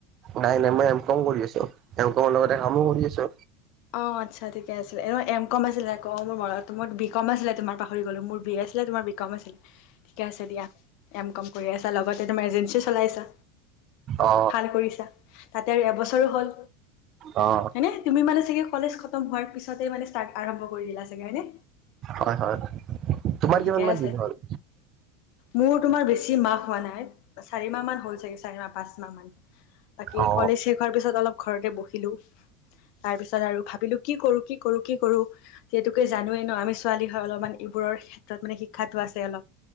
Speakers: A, on the right; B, on the left.
A: নাই নাই মই এম কং কৰি আছো এম কঙৰ লগতে কামো কৰি আছে
B: অ আচ্ছা ঠিকে আছিলে এম কম আছিলে আকৌ মোৰ মনত বি কম আছিলে তোমাৰ পাহৰি গলো মোৰ বি এ আছিলে তোমাৰ বি কম আছিলে ঠিকে আছে দিয়া এম কম কৰি আছা লগতে তোমাৰ এজেঞ্চি চলাই আছা
A: অ
B: ভাল কৰিছা তাতে আৰু এবছৰো হ'ল
A: অঁ
B: হয়নে তুমি মানে ঠিক কলেজ খতম হোৱাৰ পিছতে মানে ষ্টাৰ্ট আৰম্ভ কৰি দিলা চাগে হয়নে
A: হয় হয় তোমাৰ
B: ঠিকে
A: কিমান মান
B: আছে
A: দিন হ'ল
B: মোৰ তোমাৰ বেছি মাহ হোৱা নাই চাৰি মাহ মান হ'ল চাগে চাৰি মাহ পাঁচ মাহ মান বাকী
A: অ
B: কলেজ শেষ হোৱাৰ পিছত অলপ ঘৰতে বহিলো তাৰপিছত আৰু ভাবিলো কি কৰো কি কৰো কি কৰো যিহেতুোকে জানোৱেই ন আমি ছোৱালী হয় অলপমান এইবোৰৰ ক্ষেত্ৰত মানে শিক্ষাটো আছে অলপ